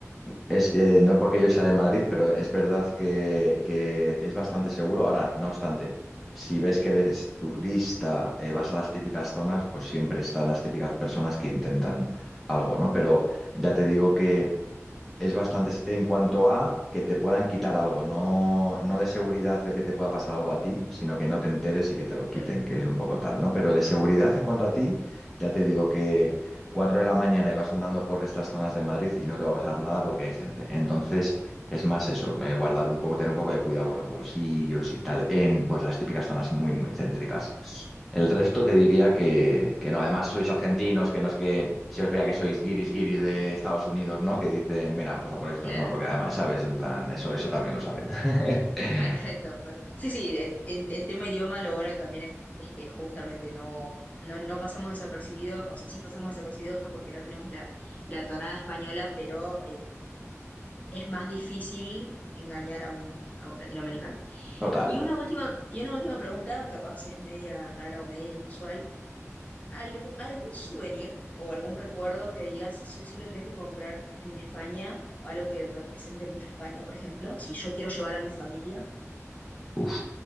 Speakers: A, in the centre; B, on the left.
A: Es, eh, no porque yo sea de Madrid, pero es verdad que, que es bastante seguro. Ahora, no obstante, si ves que eres turista, eh, vas a las típicas zonas, pues siempre están las típicas personas que intentan algo, ¿no? Pero ya te digo que es bastante en cuanto a que te puedan quitar algo, no, no de seguridad de que te pueda pasar algo a ti, sino que no te enteres y que te lo quiten,
B: Claro,
A: que es un poco tal, ¿no? Pero de seguridad en cuanto a ti, ya te digo que 4 de la mañana y vas andando por estas zonas de Madrid y no te va a pasar nada porque hay gente. Entonces, es más eso, eh, guardar
B: sí,
A: un poco, tener un poco de cuidado con los bolsillos y tal, en pues las típicas zonas muy, muy céntricas. El resto te diría que, que no. Además, sois argentinos, que no es que se os vea que sois guiris guiris de Estados Unidos, ¿no? Que dicen, mira, pues a por estos,
B: claro,
A: no, porque además, ¿sabes? En plan, eso, eso también lo saben. <laughs>
B: perfecto. per- Sí, sí, el, en el tema idioma lo bueno también es, es que justamente no, no, no pasamos desapercibido, o sea, sí pasamos desapercibido porque no tenemos la, la tonada española, pero eh, es más difícil engañar a un, a un latinoamericano.
A: Total.
B: Y una última, y una última pregunta, capaz es media rara o media inusual. ¿Algú- ¿Algún, souvenir o algún recuerdo que digas sí o sí lo tenés que comprar en España? Algo que represente mucho a España, por ejemplo. Si yo quiero llevar a mi familia.
A: Uf.